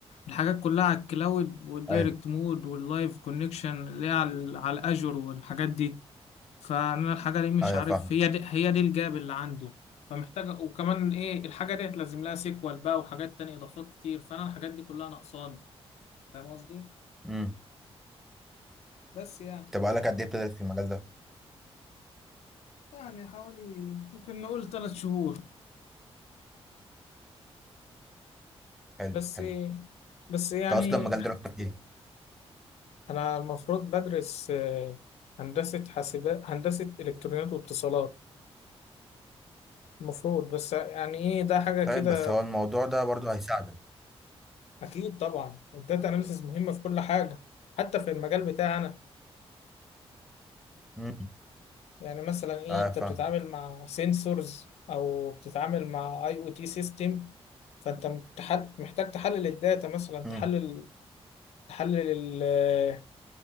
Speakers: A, on the left (about 85°); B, in the centre.
A: الحاجات كلها على الكلاود والدايركت
B: ايوه
A: مود واللايف كونكشن اللي هي على على الأجر والحاجات دي فانا الحاجه دي مش
B: ايوه
A: عارف
B: فاهم
A: هي دي هي دي الجاب اللي عندي فمحتاجه وكمان ايه الحاجه دي هتلازم لها سيكوال بقى وحاجات تانية اضافات كتير فانا الحاجات دي كلها ناقصاني فاهم قصدي
B: امم
A: بس يعني
B: طب بقالك قد ايه بتدرس في المجال ده
A: يعني حوالي ممكن نقول ثلاث شهور
B: حلو
A: بس
B: حلو
A: بس يعني
B: انت اصلا مجال دراستك ايه
A: انا المفروض بدرس آه، هندسه حاسبات هندسه الكترونيات واتصالات المفروض بس يعني ايه ده حاجه كده
B: طيب بس هو الموضوع ده برضو هيساعدك
A: اكيد طبعا الداتا اناليسيز مهمه في كل حاجه حتى في المجال بتاعي أنا
B: امم
A: يعني مثلا ايه
B: اه
A: انت
B: فاهمك
A: بتتعامل مع سنسورز او بتتعامل مع اي او تي سيستم فانت متح- محتاج تحلل الداتا مثلا تحلل
B: امم
A: تحلل ال-